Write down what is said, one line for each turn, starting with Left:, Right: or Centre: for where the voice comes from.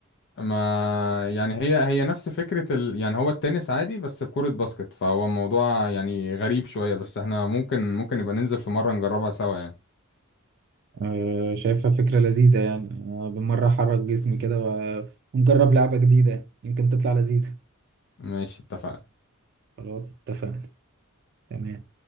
Left: ما يعني هي هي نفس فكرة ال... يعني هو التنس عادي بس بكرة باسكت فهو موضوع يعني غريب شوية بس احنا ممكن ممكن نبقى ننزل في مرة نجربها سوا يعني
Right: أه شايفها فكرة لذيذة يعني أه بالمرة أحرك جسمي كده و- ونجرب لعبة جديدة يمكن تطلع لذيذة
Left: ماشي اتفقنا
Right: خلاص اتفقنا تمام